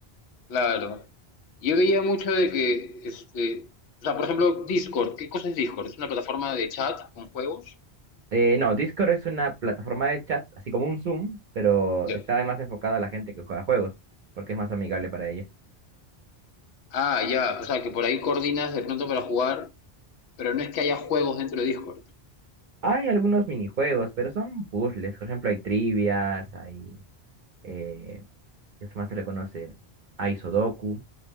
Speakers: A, on the left; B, on the right.
A: Claro. Yo veía mucho de que, este, o sea, por ejemplo, Discord, ¿qué cosa es Discord? ¿Es una plataforma de chat con juegos?
B: Eh, no, Discord es una plataforma de chat, así como un Zoom, pero
A: Ya.
B: está más enfocada a la gente que juega juegos, porque es más amigable para ella.
A: Ah, ya, o sea, que por ahí coordinas de pronto para jugar Pero no es que haya juegos dentro de Discord.
B: Hay algunos minijuegos, pero son puzzles. Por ejemplo, hay trivias, hay... Eh, ¿qué más se le conoce? Hay Sudoku,